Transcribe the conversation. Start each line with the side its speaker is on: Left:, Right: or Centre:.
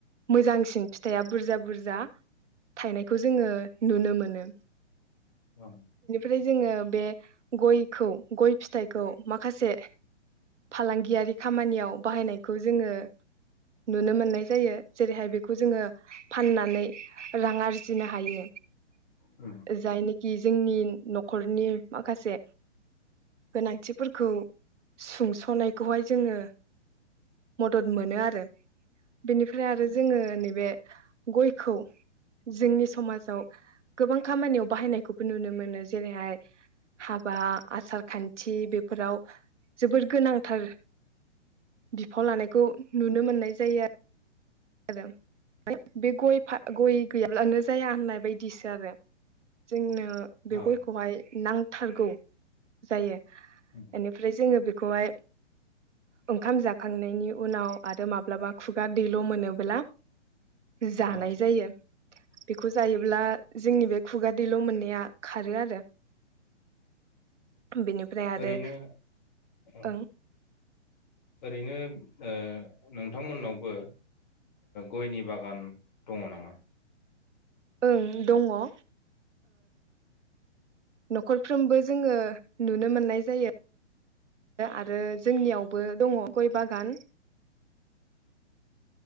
Right: मोजांसिन फिथाइया बुरजा बुरजा थायनायखौ जोङो नुनो मोनो।
Left: औ।
Right: बे जोङो बे गयखौ‌ गयफिथाइखौ माखासे फालांगियारि खामानियाव बाहायनाय खौ जोङो नुनो मोननाय जायो जेरै हाय बो जोङो फाननानै रां आरजिनो हायो
Left: उम
Right: जायनि कि जोंनि नखरनि माखासे गोनांथिफोरखौ सुंसनायखौहाय जोङो मदद मोनो आरो। बेनिफ्राय आरो जोङो नैबे गयखौ जोंनि समाजाव गोबां खामानियाव बाहायनायखौबो नुनो मोनो जेरैहाय हाबा आसार-खान्थि बेफोराव जोबोद गोनांथार बिफाव लानायखौ नुनो मोननाय जायो आ आरो। बे गय फा गय गैयाब्लानो जाया होननाय बायदिसो आरो जोंनो। ओ बे
Left: औ
Right: गयखौहाय नां थारगौ जायो।
Left: उम
Right: एनिफ्राय जोङो बे खौहाय ओंखाम जाखांनायनि उनाव आरो माब्लाबा खुगा दैल' मोनो ब्ला जानाय
Left: औ
Right: जायो बेखौ जायोब्ला जोंनि बे खुगादैल' मोननाया खारो आरो बेनिफ्राय आरो
Left: ओरैनो औ
Right: ओं
Left: ओरैनो ओ नोंथांमोननावबो गयनि ओ बागान दङ नामा?
Right: ओं दङ ओ न'खरफ्रोमबो जोङो नुनो मोननाय जायो आरो जोंनियावबो दङ गय बागान